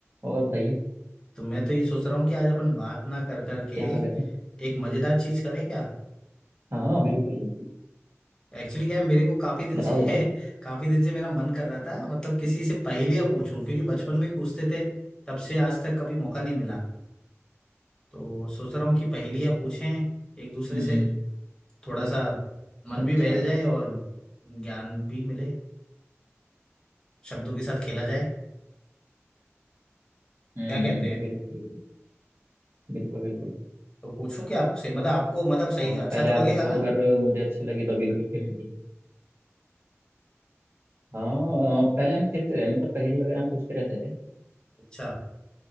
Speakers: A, on the right; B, on the left.
A: और बताइए
B: तो मैं तो ये सोच रहा हूँ कि आज अपन बात ना कर कर के
A: क्या कर रहे थे
B: एक मज़ेदार चीज़ करें क्या
A: हाँ हाँ बिल्कुल
B: एक्चुअली क्या है मेरे को काफ़ी दिन
A: बताओ
B: से
A: बताओ
B: <laughs> काफ़ी दिन से मेरा मन कर रहा था मतलब किसी से पहेलियाँ पूछूं क्योंकि बचपन में ही पूछते थे तब से आज तक कभी मौका नहीं मिला तो सोच रहा हूँ कि पहेलियाँ पूछें एक दूसरे
A: हम्म
B: से
A: हम्म,
B: थोड़ा सा मन
A: अच्छा
B: भी बहल जाए और ज्ञान भी मिले शब्दों के साथ खेला जाए
A: हम्म
B: क्या कहते हैं
A: बिल्कुल बिल्कुल बिल्कुल बिल्कुल
B: तो पूछूं क्या आपसे मतलब आपको मतलब सही
A: हाँ
B: अच्छा
A: पहले
B: तो
A: आप
B: लगेगा
A: पूछो
B: ना
A: अगर मुझे अच्छी लगी तो बिल्कुल फिर मैं पूछूं। हाँ अ, पहले हम खेलते थे मतलब पहेली वगैरह हम पूछते रहते थे
B: अच्छा